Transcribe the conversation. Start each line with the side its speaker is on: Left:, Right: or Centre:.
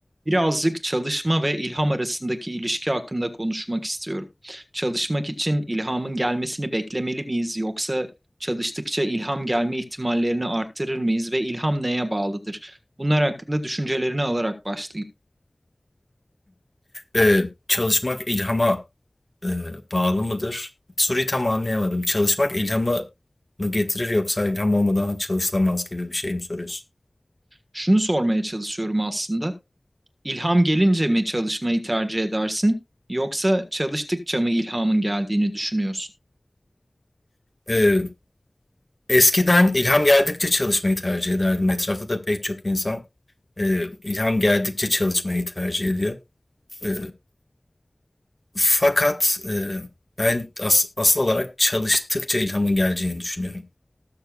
Right: Birazcık çalışma ve ilham arasındaki ilişki hakkında konuşmak istiyorum. Çalışmak için ilhamın gelmesini beklemeli miyiz yoksa çalıştıkça ilham gelme ihtimallerini arttırır mıyız ve ilham neye bağlıdır? Bunlar hakkında düşüncelerini alarak başlayayım.
Left: Eee, çalışmak ilhama, eee, bağlı mıdır? Soruyu tam anlayamadım. Çalışmak ilhamı mı getirir yoksa ilham olmadan çalışılamaz gibi bir şey mi soruyorsun?
Right: Şunu sormaya çalışıyorum aslında. İlham gelince mi çalışmayı tercih edersin yoksa çalıştıkça mı ilhamın geldiğini düşünüyorsun?
Left: Eee, eskiden ilham geldikçe çalışmayı tercih ederdim. Etrafta da pek çok insan, eee, ilham geldikçe çalışmayı tercih ediyor. Eee, fakat, eee, ben as asıl olarak çalıştıkça ilhamın geleceğini düşünüyorum.